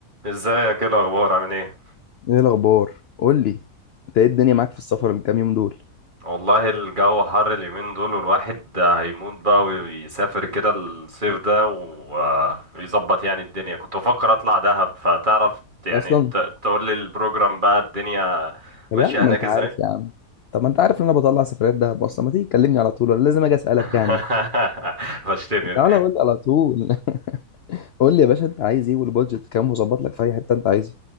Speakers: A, on the right; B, on the left.
A: ازيك ايه الاخبار عامل ايه
B: ايه الاخبار قول لي انت ايه الدنيا معاك في السفر الكام يوم دول
A: والله الجو حر اليومين دول والواحد هيموت بقى ويسافر كده الصيف ده و- ويظبط يعني الدنيا كنت بفكر اطلع دهب فتعرف يعني
B: اصلا
A: ت- تقول لي البروجرام بقى الدنيا
B: طب
A: ماشية
B: يا عم
A: هناك
B: ما انت
A: ازاي
B: عارف يا عم طب ما انت عارف ان انا بطلع سفريات دهب اصلا ما تيجي تكلمني على طول ولا لازم اجي اسالك
A: <laughs>
B: يعني
A: فشتني
B: تعالى قول لي على طول <laughs> قول لي يا باشا انت عايز ايه والبادجت كام وظبط لك في اي حته انت عايزها